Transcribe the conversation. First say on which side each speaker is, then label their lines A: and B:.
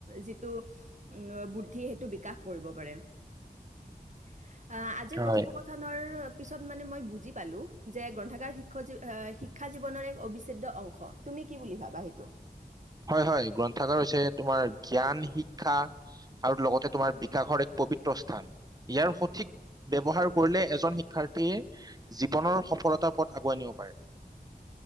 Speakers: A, on the right; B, on the right.
A: যিটো উ বুদ্ধি সেইটো বিকাশ কৰিব পাৰে অ আজিৰ
B: হয়
A: কথোপকথনৰ পিছত মানে মই বুজি পালো যে গ্ৰন্থাৰ্ষ শিক্ষা জীৱনৰ এক অবিচ্ছেদ্য অংশ তুমি কি বুলি ভাবা সেইটো
B: হয় হয় গ্ৰন্থাগাৰ হৈছে তোমাৰ জ্ঞান শিক্ষা আৰু লগতে তোমাৰ বিকাশৰ এক পবিত্ৰ স্থান ইয়াৰ সঠিক ব্যৱহাৰ কৰিলে এজন শিক্ষাৰ্থীয়ে জীৱনৰ সফলতাৰ পথ আগুৱাই নিব পাৰে